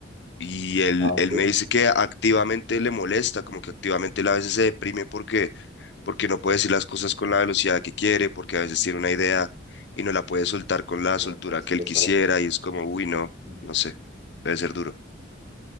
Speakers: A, on the left (about 60°); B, on the right (about 35°).
A: y él,
B: Ah, ok.
A: él me dice que activamente le molesta, como que activamente él a veces se deprime porque, porque no puede decir las cosas con la velocidad que quiere, porque a veces tiene una idea y no la puede soltar con la soltura
B: No lo puedo expresar.
A: que él quisiera y es como, uy, no,
B: Bien.
A: no sé, debe ser duro.